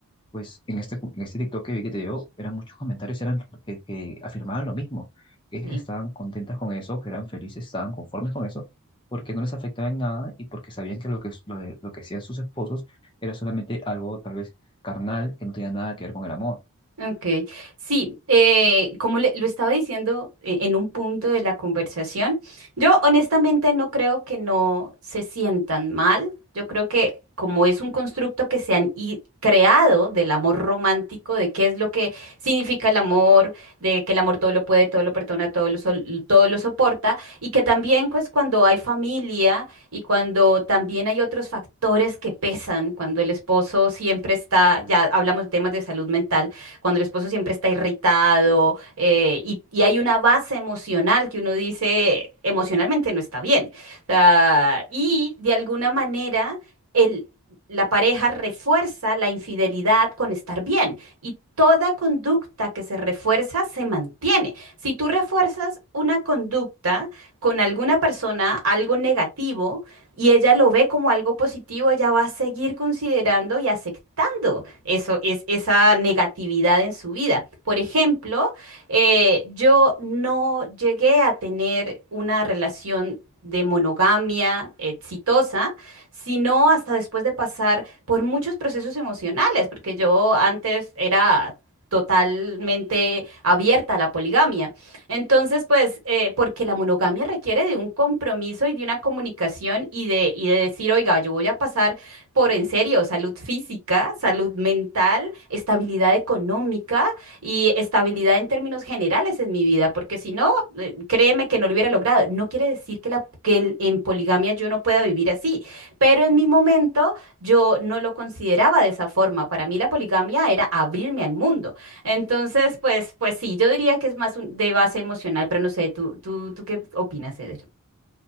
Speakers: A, on the left; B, on the right.
A: pues en este, en este TikTok que vi que te dio, eran muchos comentarios eran que, que afirmaban lo mismo, que ellas
B: Sí.
A: estaban contentas con eso, que eran felices, estaban conformes con eso, porque no les afectaba en nada y porque sabían que lo que, lo, lo que hacían sus esposos era solamente algo tal vez carnal, que no tenía nada que ver con el amor.
B: Ok, sí, eh, como le- lo estaba diciendo eh, en un punto de la conversación, yo honestamente no creo que no se sientan mal, yo creo que como es un constructo que se han i- creado del amor romántico, de qué es lo que significa el amor, de que el amor todo lo puede, todo lo perdona, todo lo, sol- todo lo soporta, y que también pues cuando hay familia y cuando también hay otros factores que pesan, cuando el esposo siempre está, ya hablamos de temas de salud mental, cuando el esposo siempre está irritado eh, y, y hay una base emocional que uno dice emocionalmente no está bien. O sea, y de alguna manera el, la pareja refuerza la infidelidad con estar bien y toda conducta que se refuerza se mantiene. Si tú refuerzas una conducta con alguna persona, algo negativo, y ella lo ve como algo positivo, ella va a seguir considerando y aceptando eso, es, esa negatividad en su vida. Por ejemplo, eh, yo no llegué a tener una relación de monogamia exitosa, sino hasta después de pasar por muchos procesos emocionales, porque yo antes era totalmente abierta a la poligamia. Entonces, pues, eh, porque la monogamia requiere de un compromiso y de una comunicación y de, y de decir, oiga, yo voy a pasar por en serio, salud física, salud mental, estabilidad económica y estabilidad en términos generales en mi vida, porque si no, eh, créeme que no lo hubiera logrado. No quiere decir que, la, que el- en poligamia yo no pueda vivir así, pero en mi momento yo no lo consideraba de esa forma. Para mí la poligamia era abrirme al mundo. Entonces, pues, pues sí, yo diría que es más un- de base emocional, pero no sé, ¿tú, tú, tú qué opinas, Eder?